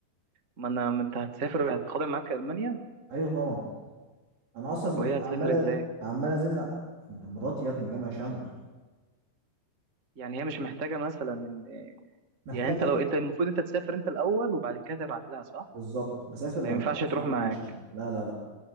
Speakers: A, on the right; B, on the right.
A: ما انا ما انت هتسافر هتاخدها معاك المانيا
B: ايوه طبعا انا اصلا
A: طب وهي هتسافر
B: عمال
A: ازاي
B: عمال ازن على- مراتي يا ابني جامعه شمل
A: يعني هي مش محتاجه مثلا ان
B: محتاجه
A: يعني انت لو انت المفروض انت تسافر انت الاول وبعد كده تبعت لها صح
B: بالظبط بسافر وبعمل
A: ما ينفعش
B: حاجه اسمها
A: تروح معاك
B: لم شمل لا لا لا